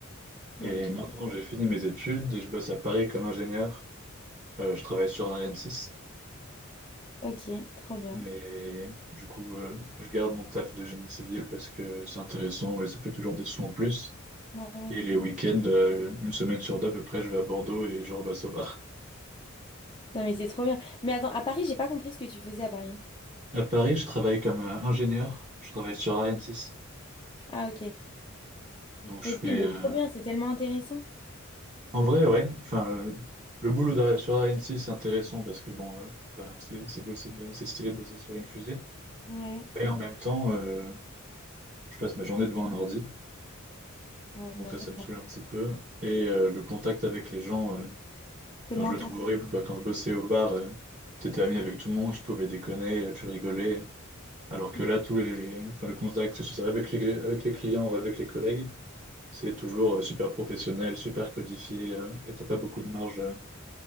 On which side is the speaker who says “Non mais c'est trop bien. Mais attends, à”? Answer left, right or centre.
Left